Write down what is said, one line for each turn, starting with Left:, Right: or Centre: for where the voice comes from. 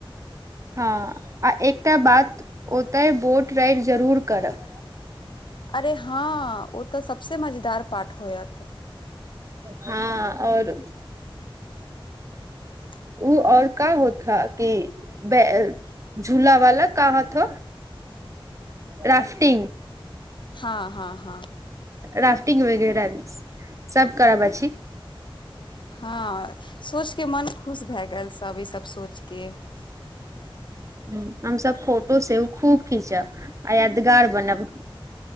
Right: हँ आ एकटा बात ओतय बोट राइड जरूर करब
Left: अरे हाँ ओ तऽ सबसे मजेदार पाठ होयत
Right: हँ ओर
Left: <inaudible>
Right: ऊ और का होथा कि बेर झूला वाला का होत हो राफटिंग
Left: हँ हँ हँ
Right: राफ्टिंग वगैर भी सब का बझी
Left: हँ सोच के मन खुश भए गेल सब ई सब सोच के <inaudible>
Right: ह हमस फोटो सेहो खूब खींचब आ यादगार बनैब